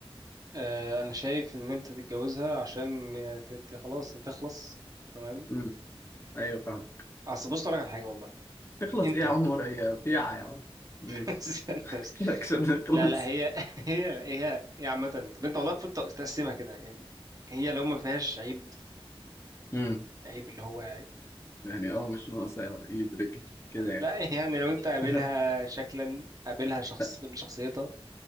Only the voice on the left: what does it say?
امم ايوه فاهم
اخلص
ايه يا عمر هي بيعة يا عمر ماشي
<laughs> الاكشن اخلص
امم
يعني اه مش ناقصة يدرك كده يعني
<laughs>
لا،